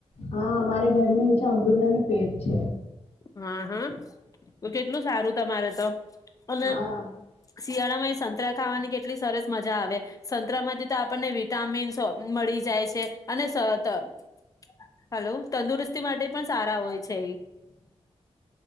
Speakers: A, on the left; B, on the left.
A: હા, અમારે ઘરનું છે અમૃદ ના નું પેડ છે.
B: હા હા તો કેટલું સારું તમારે તો.
A: <inaudible>
B: અને શિયાળામાં એ સંતરા ખાવાની કેટલી સરસ મજા આવે સંતરામાંથી તો આપણને વિટામિન્સ મળી જાય છે અને <unintelligible> હલો તંદુરસ્તી માટે પણ સારા હોય છે એ <inaudible>